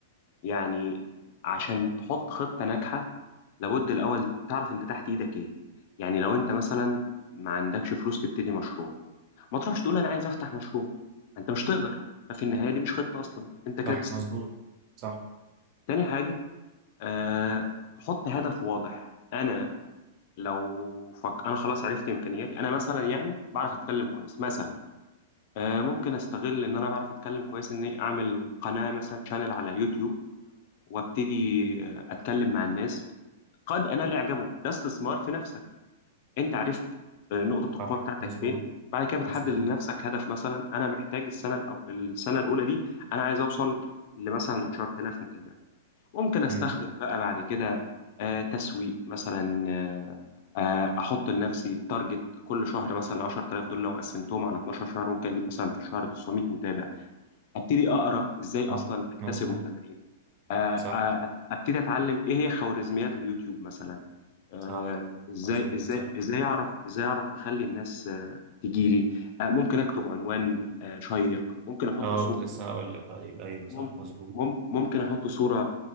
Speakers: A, on the left (about 50°); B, on the right (about 40°).
A: يعني عشان تحط خطة ناجحة لابد الأول تعرف أنت تحت إيدك إيه يعني لو أنت مثلا ما عندكش فلوس تبتدي مشروع ما تروحش تقول أنا عايز أفتح مشروع أنت مش تقدر ففي النهاية دي مش خطة أصلا أنت كده
B: صح
A: بتستنى
B: مظبوط صح
A: تاني حاجة أه تحط هدف واضح أنا لو فك... أنا خلاص عرفت إمكانياتي أنا مثلا يعني بعرف أتكلم كويس مثلا أه ممكن أستغل إن أنا بعرف أتكلم كويس إني أعمل قناة مثلا شانل على يوتيوب وابتدي آه، اتكلم مع الناس قد أنال إعجابهم ده استثمار في نفسك أنت عرفت آه، نقطة
B: صح
A: القوة بتاعتك
B: مظبوط
A: فين بعد كده بتحدد
B: مظبوط
A: لنفسك هدف مثلا أنا محتاج السنة الأو... السنة الأولى دي أنا عايز أوصل لمثلا 10000 متابع ممكن أستخدم
B: امم
A: بقى بعد كده آه، تسويق مثلا آه، آه، أحط لنفسي تارجت كل شهر مثلا 10000 دول لو قسمتهم على 12 شهر ممكن أجيب مثلا في الشهر 900 متابع أبتدي أقرأ إزاي أصلا
B: صح
A: أكتسب
B: مظبوط
A: متابعين آه،
B: صح
A: آه، ابتدي اتعلم ايه هي خوارزميات اليوتيوب مثلا آه،
B: صح
A: ازاي
B: مظبوط
A: ازاي
B: صح
A: ازاي اعرف ازاي اعرف اخلي الناس آه، تجيلي آه، ممكن اكتب عنوان آه، شيق ممكن احط
B: اه
A: صورة
B: كنت لسه هقول لك طيب ايوه صح
A: مم-
B: مظبوط
A: مم- ممكن احط صورة